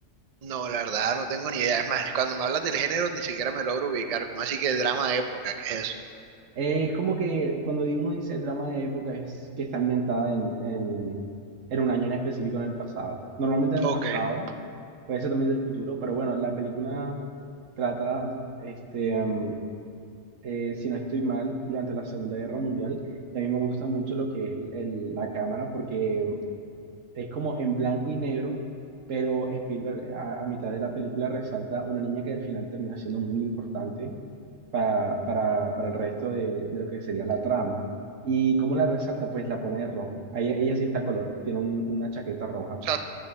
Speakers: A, on the right; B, on the right.
A: No, la verdad, no tengo ni idea. Es más, cuando me hablas del género, ni siquiera me logro ubicar. ¿Cómo así que drama de época? ¿Qué es eso?
B: Eh, es como que cuando uno dice drama de época es que está ambientada en, en, en un año en específico en el pasado. Normalmente en el
A: Ok.
B: pasado,
A: O
B: puede ser también del futuro, pero bueno, la película trata este, mm, eh, si no estoy mal, durante la Segunda Guerra Mundial. Y a mí me gusta mucho lo que es el- la cámara porque es como en blanco y negro, pero Spielberg a, a mitad de la película resalta una niña que al final termina siendo muy importante para, para, para el resto de, de lo que sería la trama. ¿Y cómo la resalta? Pues la pone de rojo. Ahí- Ella, sí está a color, tiene un- una chaqueta roja,
A: sea,